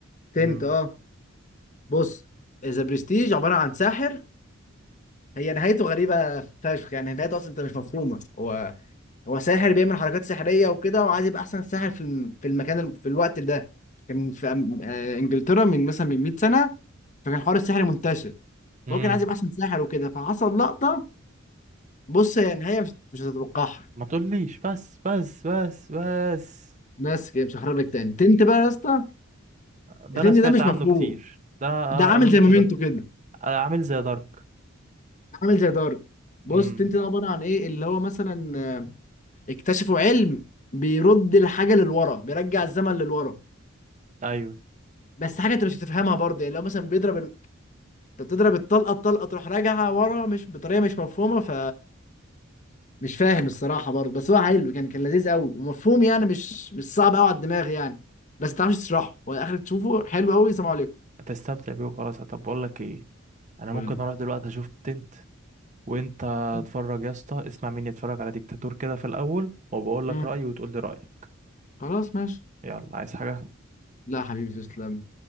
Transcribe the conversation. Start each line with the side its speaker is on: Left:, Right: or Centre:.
Left: تنت
Right: امم
Left: اه بص ذا برستيج عباره عن ساحر هي نهايته غريبه فشخ يعني نهايته اصلا انت مش مفهومه هو هو ساحر بيعمل حركات سحريه وكده وعايز يبقى احسن ساحر في الم- في المكان الم- في الوقت ده كان في أم- آه، انجلترا من مثلا من 100 سنه فكان حوار السحر منتشر
Right: امم
Left: فهو كان عايز يبقى احسن ساحر وكده فحصل لقطه بص هي نهايه مش مش هتتوقعها
Right: ما تقوليش بس بس بس بس
Left: بس كده مش هحرق لك تاني تنت بقى يا اسطى
Right: ده
Left: التنت
Right: انا سمعت
Left: ده مش
Right: عنه
Left: مفهوم
Right: كتير ده آه،
Left: ده عامل
Right: قالوا
Left: زي
Right: لي كده
Left: مومنتو كده
Right: آه، عامل زي دارك
Left: عامل زي دارك بص
Right: امم
Left: تنت ده عباره عن ايه اللي هو مثلا آه، اكتشفوا علم بيرد الحاجه للورا بيرجع الزمن للورا
Right: ايوه
Left: بس حاجه انت مش هتفهمها برضه يعني لو مثلا بيضرب انت بتضرب الطلقه الطلقه تروح راجعه ورا مش بطريقه مش مفهومه ف مش فاهم الصراحه برضه بس هو حلو كان كان لذيذ قوي ومفهوم يعني مش مش صعب قوي على الدماغ يعني بس ما تعرفش تشرحه هو اخر تشوفه حلو قوي سلام عليكم
Right: هتستمتع بيه وخلاص طب بقول لك ايه انا
Left: قول
Right: ممكن اروح دلوقتي اشوف تنت وانت
Left: لي.
Right: اتفرج يا اسطى اسمع مني اتفرج على ديكتاتور كده في الاول وبقول لك
Left: امم
Right: رايي وتقول لي رايك
Left: خلاص ماشي
Right: يلا عايز حاجه
Left: لا حبيبي تسلم